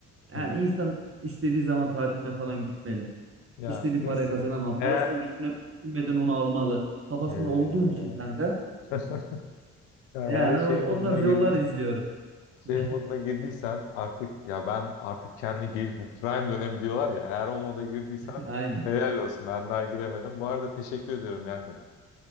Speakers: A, on the right; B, on the left.
A: Yani
B: Hı.
A: insan istediği zaman tatiline falan gitmeli.
B: ya
A: İstediği
B: ins
A: parayı kazanamam. Parasını
B: eğer
A: düşüne, düşünmeden onu almalı. Kafasında
B: eee,
A: olduğum için kanka.
B: <laughs> ya
A: Yani
B: eğer şey
A: o,
B: moduna
A: o tarz
B: girdiysen
A: yollar izliyorum.
B: şey
A: <laughs>
B: moduna girdiysen artık ya ben artık kendi gel- bu prime dönemi diyorlar ya eğer o moda girdiysen
A: Aynen.
B: helal olsun ben daha giremedim. Bu arada teşekkür ediyorum ya